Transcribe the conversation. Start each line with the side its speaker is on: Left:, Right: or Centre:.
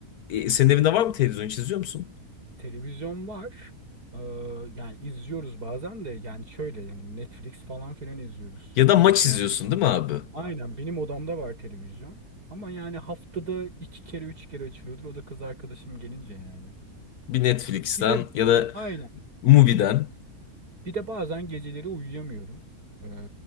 Left: e, senin evinde var mı televizyon hiç izliyor musun?
Right: Televizyon var. Ee, yani izliyoruz bazen de yani şöyle yani Netflix falan filan izliyoruz.
Left: Ya da maç
Right: Çok nadir.
Left: izliyorsun değil mi abi?
Right: Aynen benim odamda var televizyon. Ama yani haftada iki kere üç kere açılıyordur. O da kız arkadaşım gelince yani.
Left: Bir Netflix'ten
Right: Bir de
Left: ya da
Right: aynen.
Left: Mubi'den.
Right: Bir de bazen geceleri uyuyamıyorum. Ee,